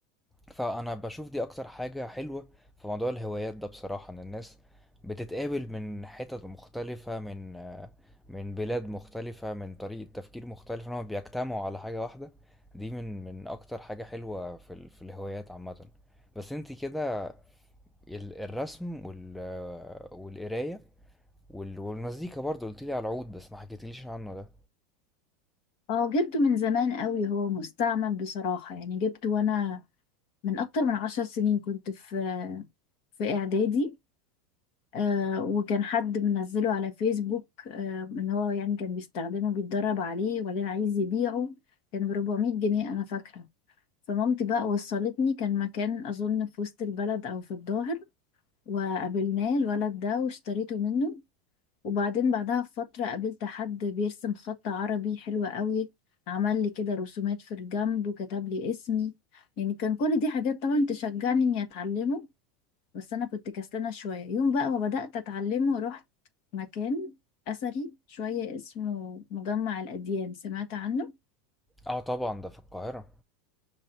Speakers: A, in the centre; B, on the left.
A: فأنا باشوف دي أكتر حاجة حلوة في موضوع الهوايات ده بصراحة إن الناس بتتقابل من حتت مختلفة من آه، من بلاد مختلفة من طريقة تفكير مختلفة إنهم بيجتمعوا على حاجة واحدة دي من من أكتر حاجة حلوة في ال- في الهوايات عامة بس انتي كده ال- الرسم وال آه، والقراية وال- والمزيكا برضه قلتيلي على العود بس ما حكيتليش عنه ده
B: اه جبته من زمان قوي هو مستعمل بصراحة يعني جبته وأنا من أكتر من عشر سنين كنت في في إعدادي آه وكان حد منزله على فيسبوك آه ان هو يعني كان بيستخدمه بيتدرب عليه وبعدين عايز يبيعه كان ب 400 جنيه انا فاكره فمامتي بقى وصلتني كان مكان اظن في وسط البلد او في الظاهر وقابلناه الولد ده واشتريته منه وبعدين بعدها بفتره قابلت حد بيرسم خط عربي حلو قوي عمل لي كده رسومات في الجنب وكتب لي اسمي يعني كان كل دي حاجات طبعا تشجعني اني اتعلمه بس انا كنت كسلانه شويه يوم بقى ما بدات اتعلمه رحت مكان اثري شويه اسمه مجمع الاديان سمعت عنه
A: اه طبعا ده في القاهرة